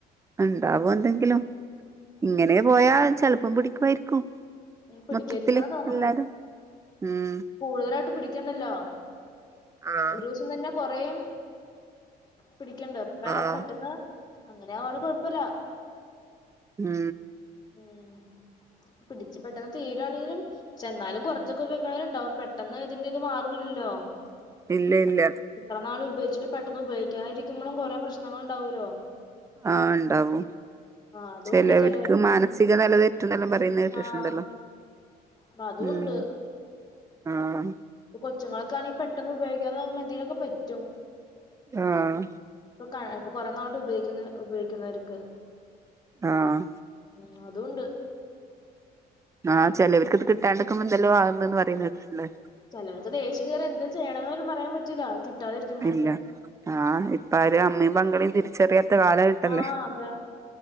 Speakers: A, on the right; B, on the left.
A: ഇണ്ടാവും എന്തെങ്കിലും
B: ഉം
A: ഇങ്ങനെ പോയാ ചെലപ്പം പിടിക്കുവായിരിക്കും.
B: ഉം പിടിക്കാരിക്കുന്ന
A: മൊത്തത്തില്
B: തോന്നണ
A: എല്ലാരും ഉം
B: കൂടുതലായിട്ട് പിടിക്കണ്ടല്ലോ
A: ആഹ്
B: ഒരൂസം തന്നെ കൊറേം പിടിക്കണ്ട് ഇപ്പ
A: ആഹ്
B: പെട്ടന്ന് അങ്ങനെആവോണ്ട് കുഴപ്പല്ല.
A: ഉം
B: ഉം പിടച്ചു പെട്ടെന്ന് തീരുവാണെങ്കിലും പക്ഷെ ന്നാലും കുറച്ചൊക്കെ ഉപയോഗിക്ക്‌ണോല്ണ്ടാവും പെട്ടെന്ന് ഇതിന്റെറ ഇത് മാറൂല്ലല്ലോ
A: ഇല്ല ഇല്ല
B: ഇത്ര നാൾ ഉപയോഗിച്ചിട്ട് പെട്ടെന്ന് ഉപയോഗിക്കാതിരിക്കുമ്പോളും കുറെ പ്രശ്നങ്ങൾ ഉണ്ടാവോല്ലോ
A: ആഹ് ഇണ്ടാവും
B: ആഹ് അതുണ്ട്
A: ചിലവർക്ക്
B: ചെലോർക്ക്
A: മാനസിക
B: ആഹ്
A: നില തെറ്റും ന്നെല്ലാം പറയുന്നത് കേട്ടിട്ടുണ്ടല്ലോ
B: ആഹ് അപ്പ അതുണ്ട്
A: ഉം ആഹ്
B: ഇപ്പ കൊച്ചങ്ങളൊക്കാണെങ്കിൽ പെ പെട്ടെന്ന് ഉപയോഗിക്കാതാവുമ്പോൾ എന്തെങ്കിലും ഒക്കെ പറ്റും.
A: ആഹ്
B: ഇപ്പൊ ഇപ്പൊ കൊറെ നാളായിട്ട് ഉപയോഗിക്കുന്ന ഉപയോഗിക്കുന്നവർക്ക്..
A: ആഹ്
B: ഉം അതുണ്ട്
A: ആഹ് ചിലർക്ക് ത് കിട്ടാണ്ടിക്കുമ്പോ എന്തെല്ലോ ആകന്ന് പറയുന്ന കേട്ടിട്ടി ല്ലേ
B: ചിലർക്ക് ദേഷ്യം കെറിയാ എന്താ ചെയ്യണന്ന് പോലും പറയാൻ പറ്റൂലാ കിട്ടാതിരിക്കുമ്പോൾ
A: ഇല്ല ആഹ് ഇപ്പ ആരും അമ്മയും പെങ്ങളെയും തിരി ചെറിയാത്ത കിട്ടല്ലേ
B: ആഹ് അതെ